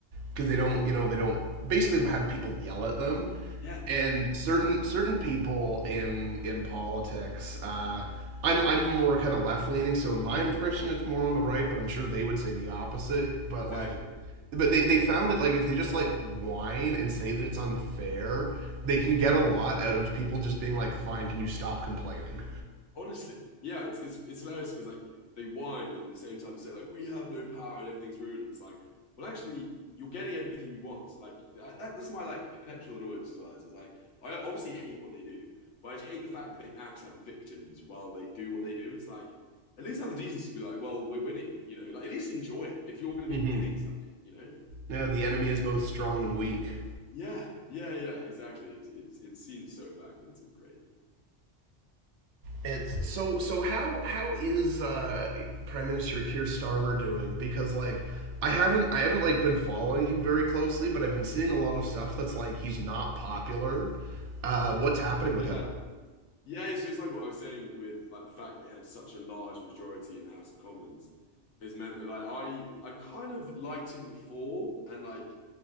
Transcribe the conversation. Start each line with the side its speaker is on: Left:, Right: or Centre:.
Right: because they don't you know they don't basically have people yell at them
Left: yeah,
Right: and certain certain people in in politics uh i'm i'm more kind of left leaning so in my impression it's more on the right but i'm sure they would say the opposite but
Left: Exactly.
Right: like but they, they found that like if they just like whine and say that it's unfair they can get a lot out of people just being like fine can you stop complaining
Left: Honestly, yeah, it's it's it's hilarious because like they whine and at the same time say like we have no power and everything's ruined. It's like, well, actually, you're getting everything you want. Like I- that, that's my like perpetual annoyance as well. Is, is like I obviously hate what they do, but I hate the fact that they act like the victims while they do what they do. It's like at least have the decency to be like, well, we're winning, you know. Like at least enjoy it if you're going
Right: Mm-hmm.
Left: to be winning something, you know.
Right: yeah the enemy is both strong and weak
Left: Yeah, yeah, yeah, exactly. It's it's it seems so backwards and crazy.
Right: it's so so how how is uh prime minister keir starmer doing because like i haven't i haven't like been following him very closely but i've been seeing a lot of stuff that's like he's not popular uh what's happening with
Left: Yeah.
Right: him
Left: Yeah, so it's like what I was saying with like the fact they had such a large majority in the House of Commons has meant that like I I kind of liked him before and like